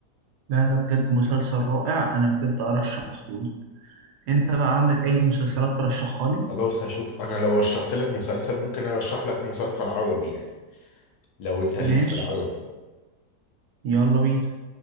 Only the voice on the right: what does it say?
لا لا بجد مسلسل رائع انا بجد ارشحه لك انت بقى عندك اي مسلسلات ترشحها لي
ماشي
يلا بينا